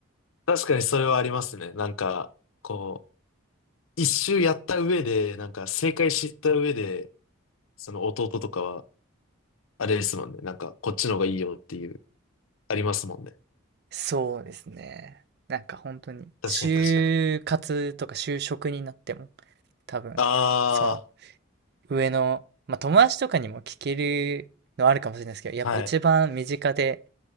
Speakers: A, on the left (about 70°); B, on the right (about 50°).
A: あ、確かにそれはありますね。なんか、こう、一周やった上で、なんか正解知った上で、その弟とかは、あれですもんね。なんか、こっちの方がいいよっていう、ありますもんね。
B: そうですね。なんか本当に、
A: 確かに確かに。
B: 就活とか就職になっても、多分、
A: あ
B: その、上の、まあ友達とかにも聞けるのあるかもしれないですけど、やっぱ一番身近で
A: あ、はい。